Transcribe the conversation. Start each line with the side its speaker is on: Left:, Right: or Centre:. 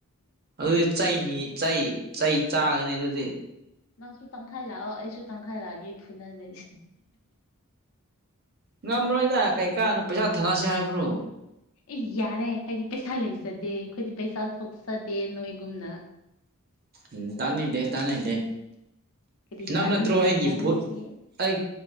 Right: ꯑꯗꯨꯗꯤ ꯆꯩꯅꯤ ꯆꯩ ꯆꯩ ꯆꯥꯒꯅꯤ ꯑꯗꯨꯗꯤ
Left: ꯅꯪꯁꯨ ꯇꯪꯈꯥꯏ ꯂꯥꯛꯑꯣ ꯑꯩꯁꯨ ꯇꯪꯈꯥꯏ ꯂꯥꯛꯑꯒꯦ ꯐꯨꯅꯖꯩꯁꯦ
Right: ꯉꯝꯔꯣꯏꯗ ꯀꯩꯀꯥꯟꯅꯣ ꯄꯩꯁꯥ ꯊꯥꯅꯔꯁꯤꯦ ꯍꯥꯏꯕ꯭ꯔꯣ
Left: ꯑꯦ ꯌꯥꯔꯦ ꯍꯥꯏꯗꯤ ꯄꯩꯁꯥ ꯂꯩꯖꯗꯦ ꯑꯩꯣꯏꯗꯤ ꯄꯩꯁꯥ ꯊꯣꯛꯆꯗꯦ ꯅꯣꯏꯒꯨꯝꯅ
Right: ꯎꯝ ꯇꯥꯅꯩꯗꯦ ꯇꯥꯅꯩꯗꯦ
Left: ꯀꯔꯤ
Right: ꯅꯪ
Left: ꯇꯥꯅꯤꯡꯗꯦ
Right: ꯅꯠꯇ꯭ꯔꯣ ꯑꯩꯒꯤ
Left: ꯇꯥꯅꯤꯡꯗꯦ
Right: ꯚꯨꯠ ꯑꯩ